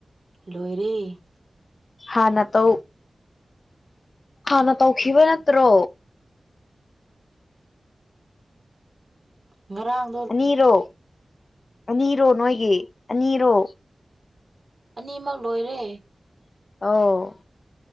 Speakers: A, on the right; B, on the left.
A: ꯂꯣꯏꯔꯔꯤ
B: ꯍꯥꯟ ꯅ ꯇ ꯍꯥꯟꯅ ꯇꯧꯈꯤꯕ ꯅꯠꯇ꯭ꯔꯣ
A: ꯉꯔꯥꯡ
B: ꯑꯅꯤꯔꯣ ꯑꯅꯤꯔꯣ ꯅꯣꯏꯒꯤ ꯑꯅꯤꯔꯣ
A: ꯑꯅꯤꯃꯛ ꯂꯣꯏꯔꯦ
B: ꯑꯣ